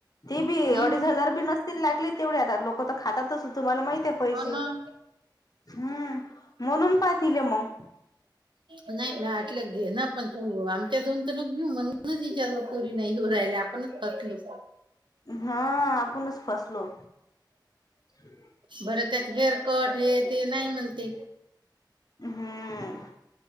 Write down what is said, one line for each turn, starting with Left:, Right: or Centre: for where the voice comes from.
Left: ते बी
Right: हम्म
Left: अडीच हजार बी नसतील लागले तेवढे आता लोक तर खातातच तुम्हाला माहििते. पैसे
Right: हो ना
Left: हम्म म्हणून पाहतीलले मग.
Right: नाही नाही आटलं घे ना पण तू आमच्या दोन तर नग घेऊ म्हणून तिच्या ज पोरी नाहीऊ राहिले. पण काातलो.
Left: हा आपणच फसलो. हम्.
Right: बरं त्यात हेअर कट हे ते नाही म्हणते.
Left: हम्म.